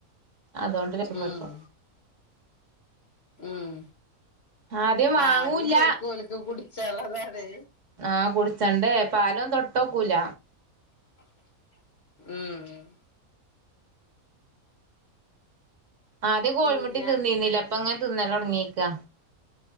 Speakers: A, on the right; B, on the left.
A: അതുകൊണ്ട് രക്ഷപ്പെട്ടു
B: ഉം ഉം
A: ആദ്യം
B: പാലും
A: വാങ്ങൂല്ല
B: ശരിക്കും ഓല്ക്ക് കുടിച്ചുള്ളതാണ്
A: ആഹ് കുടിച്ചണ്ടേ പാല് തൊട്ടോക്കൂല
B: ഉം
A: ആദ്യം കോഴി
B: പിന്നെ
A: മുട്ടീം തിന്നീന്നുന്നില്ല അപ്പൊ അങ്ങൻ തിന്നാ തൊടങ്ങിക്കാ